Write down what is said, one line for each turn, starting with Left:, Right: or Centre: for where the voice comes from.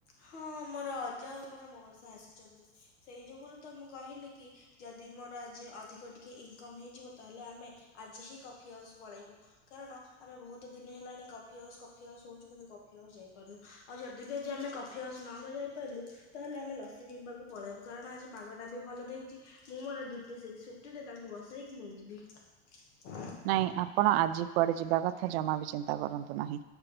Left: ହଁ ମୋର ଅଜା ଆଉ ମୋର ମଉସା ଆସିଛନ୍ତି ସେଇ ଯୋଗଗୁରୁ ତ ମୁଁ କହିଲି କି ଯଦି ମୋର ଆଜି ଅଧିକ ଟିକେ ଇନକମ୍ ହେଇଯିବ ତାହେଲେ ଆମେ ଆଜି ହିଁ କଫି ହାଉସ୍ ପଳେଇବୁ। କାରଣ ଆମେ ବହୁତ ଦିନ ହେଲାଣି କଫି ହାଉସ୍ କଫି ହାଉସ ହଉଛୁ କିନ୍ତୁ କଫି ହାଉସ୍ ଯାଇପାରୁନୁ। ଆଉ ଯଦି ବି ଆଜି ଆମେ କଫି କଫି ହାଉସ୍ ନ ଯାଇ ପାରିଲୁ ତାହେଲେ ଆମେ ଲସି ପିଇବାକୁ ପଳେଇବୁ କାରଣ ଆଜି ପାଗଟା ବି ଭଲ ଦେଇଛି। ମୁଁ ମୋର ଜିଟି ସିକ୍ସ ଫିଟି ରେ ତାଙ୍କୁ ବସେଇକି ନେଇଯିବି <unintelligible>
Right: ନାଇଁ ଆପଣ ଆଜି କୁଆଡେ ଯିବା କଥା ଜମା ବି ଚିନ୍ତା କରନ୍ତୁ ନାହିଁ।